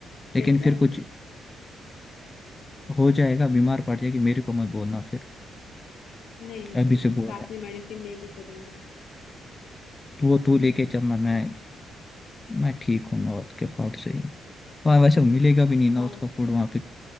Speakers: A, on the left (about 25°); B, on the left (about 75°).
A: लेकिन
B: ठीक
A: फिर
B: है
A: कुछ हो जाएगा बीमार पड़ जाएगी मेरे को मत बोलना फिर
B: नहीं नहीं
A: अभी
B: नहीं
A: से
B: साथ
A: बोल रहा हूँ
B: में मेडिसिन लेके चलेंगे
A: तो वो तू लेके चलना मैं मैं ठीक हूँ नॉर्थ के फूड से ही वहाँ वैसे मिलेगा भी नहीं नॉर्थ
B: और
A: का फूड वहाँ पे